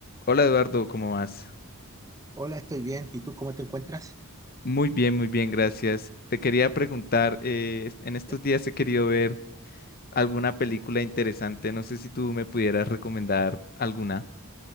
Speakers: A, on the left; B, on the right.
A: Hola Eduardo, ¿cómo vas?
B: Hola, estoy bien. ¿Y tú cómo te encuentras?
A: Muy bien, muy bien, gracias. Te quería preguntar, eh, en estos
B: Ya.
A: días he querido ver alguna película interesante, no sé si tú me pudieras recomendar alguna.